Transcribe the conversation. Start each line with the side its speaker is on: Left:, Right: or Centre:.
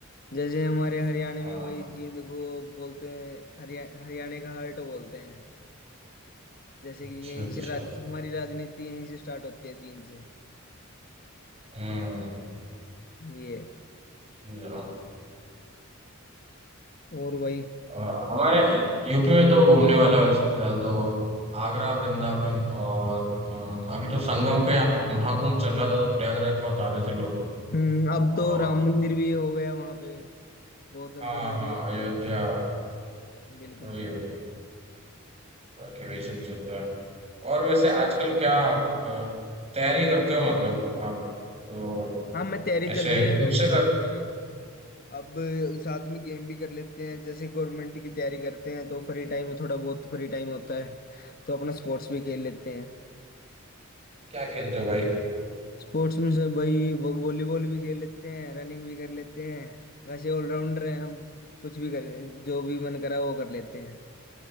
Left: जैसे हमारे हरियाणा
Right: हाँ,
Left: में वही जींद को बोलते हैं हरिया हरियाणा का हार्ट बोलते हैं जैसे
Right: अच्छा
Left: कि यहीं
Right: अच्छा
Left: से राज, हमारी राजनीति यहीं से स्टार्ट होती है जींद से
Right: हम्म,
Left: ये
Right: समझा।
Left: और वही
Right: और हमारे यूपी में तो घूमने वाला वैसे फिलहाल तो आगरा वृंदावन और अ, अभी तो संगम पे यहाँ पे महाकुंभ चल रहा था तो प्रयागराज बहुत आ रहे थे लोग
Left: हम्म अब
Right: और
Left: तो राम मंदिर भी हो गया वहां पे बहुत जनता
Right: हाँ
Left: जा
Right: हाँ
Left: रही है अब
Right: अयोध्या
Left: तो बिल्कुल
Right: वही
Left: बिल्कुल
Right: वही बाकी वही सब चल रहा है और वैसे
Left: इस
Right: आजकल क्या आप अ, तैयारी करते हो मतलब आप तो
Left: हाँ मैं तैयारी चल
Right: ऐसे
Left: रही है भाई
Right: खुद से
Left: साथ
Right: कर
Left: में अब साथ में गेम भी कर लेते हैं जैसे गवर्नमेंट की तैयारी करते हैं तो फ्री टाइम थोड़ा बहुत फ्री टाइम होता है तो अपना स्पोर्ट्स भी खेल लेते हैं
Right: क्या खेलते हो भाई
Left: स्पोर्ट्स में से भाई वो- वॉलीबॉल भी खेल लेते हैं रनिंग भी कर लेते हैं वैसे ऑलराउंडर हैं हम कुछ भी कर जो भी मन करा वो कर लेते हैं